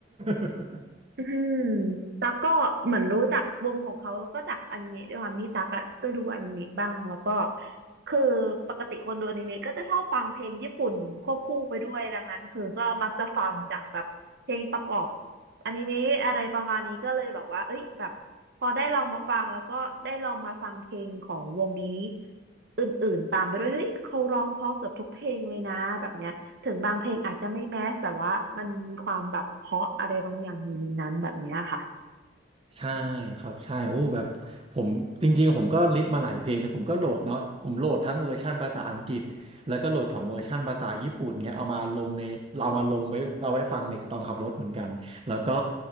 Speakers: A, on the right; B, on the right.
A: <laughs>
B: อืมตั๊กก็เหมือนรู้จักวงของเขาก็จากอนิเมะด้วยความที่ตั๊กอะก็ดูอนิเมะบ้างแล้วก็คือปกติคนดูอนิเมะก็จะชอบฟังเพลงญี่ปุ่นควบคู่ไปด้วยดังนั้นคือก็มักจะฟังจากแบบเพลงประกอบอนิเมะอะไรประมาณนี้ก็เลยแบบว่าเอ้ยแบบพอได้ลองมาฟังแล้วก็ได้ลองมาฟังเพลงของวงนี้อื่นๆตามไปด้วยเฮ้ยเขาร้องเพราะเกือบทุกเพลงเลยนะแบบเนี้ย ถึงบางเพลงอาจจะไม่แมสแต่ว่ามันมีความแบบเพราะอะไรบางอย่างอยู่ในนั้นแบบเนี้ยค่ะ
A: ใช่ครับใช่โอ้แบบผมจริงๆผมก็ลิสต์มาหลายเพลงเลยผมก็โหลดเนาะผมโหลดทั้งเวอร์ชั่นภาษาอังกฤษแล้วก็โหลดของเวอร์ชั่นภาษาญี่ปุ่นเงี้ยเอามาลงในเรามาลงไว้เอาไว้ฟังในตอนขับรถเหมือนกันแล้วก็